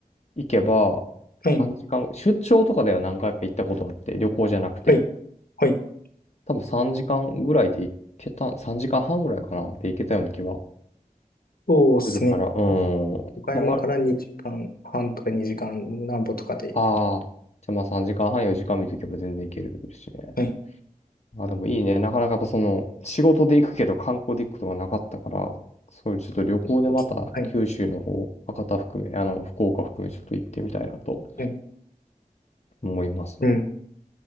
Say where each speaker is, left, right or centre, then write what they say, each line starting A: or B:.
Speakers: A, on the left; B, on the left.
A: 行けば、
B: はい。
A: 3時間出張とかでは何回か行ったことあって、旅行じゃなくて、
B: はい。はい。はい
A: 多分3時間ぐらいで行けた、3時間半ぐらいかな、で行けたような気は
B: そうですね。
A: するから、うーん。
B: 多分岡山から2時間半とか2時間なんぼとかで、
A: まあ、ああー、じゃあまあ3時間半、4時間見とけば全然行けるしね。
B: はい。
A: まあでもいいね。なかなかやっぱその、仕事で行くけど観光で行くことがなかったから、そういうちょっと旅行でまた九州の方、
B: はい。はい。
A: 博多含め、あの、福岡含めちょっと行ってみたいなと
B: はい
A: 思います。
B: うん。